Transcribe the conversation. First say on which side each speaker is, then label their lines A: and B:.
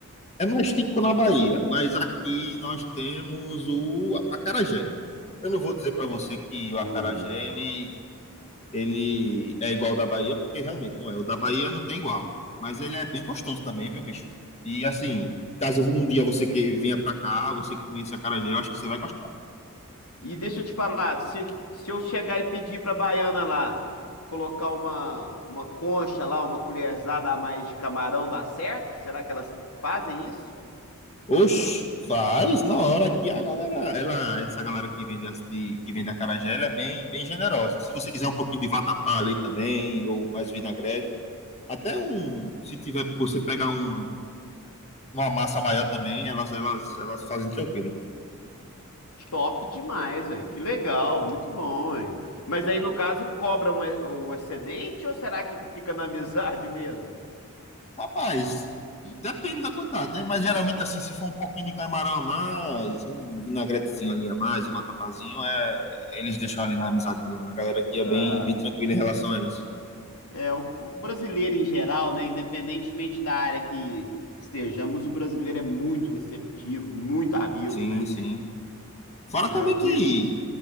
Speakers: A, on the left; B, on the left.
A: é mais típico na Bahia. Mas aqui nós temos o acarajé. Eu não vou dizer para você que o
B: Ô,
A: acarajé
B: louco.
A: ele, ele é igual ao da Bahia, porque realmente não é. O da Bahia não tem igual. Mas ele é bem gostoso também, viu, bicho? E assim, caso um dia você que venha para cá, você comer esse acarajé, eu acho que você vai gostar.
B: E deixa eu te falar, se, se eu chegar e pedir pra baiana lá, colocar uma, uma concha lá, uma colherzada a mais de camarão, dá certo? Será que elas fazem isso?
A: Oxi, faz na hora que a galera, ela, essa galera que vende as- de, que vende acarajé, ela é bem, bem generosa. Se você quiser um pouquinho de vatapá ali também, ou mais vinagrete, até um, se tiver, você pegar um, uma massa maior também, elas, elas, elas fazem tranquilo.
B: Top demais, aí, Que legal, muito bom, hein? Mas aí, no caso, cobram e- o excedente ou será que fica na amizade <laughs> mesmo?
A: Rapaz, depende da quantidade, né? Mas geralmente, assim, se for um pouquinho de camarão a mais, um vinagretezinho ali a mais, um vatapazinho, é... eles deixam ali na amizade mesmo. A galera aqui é
B: Ah,
A: bem, bem tranquila em relação a isso.
B: é, o o brasileiro em geral, né? Independentemente da área que estejamos, o brasileiro é muito receptivo, muito amigo,
A: Sim,
B: né?
A: sim. Fora
B: É,
A: também
B: eu
A: que
B: vi.